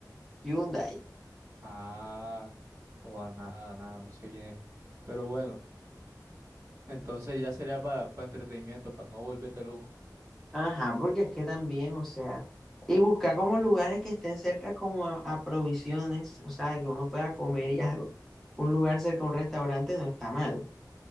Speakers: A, in the centre; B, on the right.
A: Hyundai.
B: Ah, o a nada, nada, no sé quién es. Pero bueno, entonces ya sería para entretenimiento, para no volverte loco.
A: Ajá, porque es que también, o sea, y buscar como lugares que estén cerca como a, a provisiones, o sea, que uno pueda comer y <laughs> algo. Un lugar cerca a un restaurante no está mal.